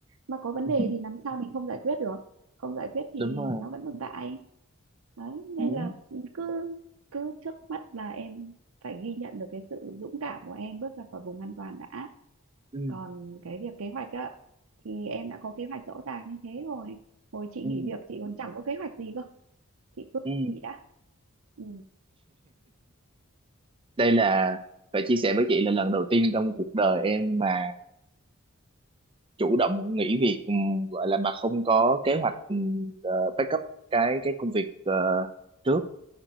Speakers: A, on the right; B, on the right.
A: mà có vấn
B: ừ.
A: đề thì làm sao mình không giải quyết được không giải quyết thì
B: đúng rồi
A: nó vẫn tồn tại đấy nên
B: ừ
A: là cứ cứ trước mắt là em phải ghi nhận được cái sự dũng cảm của em bước ra khỏi vùng an toàn đã
B: ừ
A: còn cái việc kế hoạch á thì em đã có kế hoạch rõ ràng như thế rồi hồi chị
B: ừ
A: nghỉ việc chị còn chẳng có kế hoạch gì cơ chị cứ
B: ừ
A: nghỉ đã ừ.
B: đây là phải chia sẻ với chị là lần đầu tiên trong cuộc đời em mà chủ động nghỉ việc ừm, gọi là mà không có kế hoạch ừm, ờ, backup cái cái công việc ờ, trước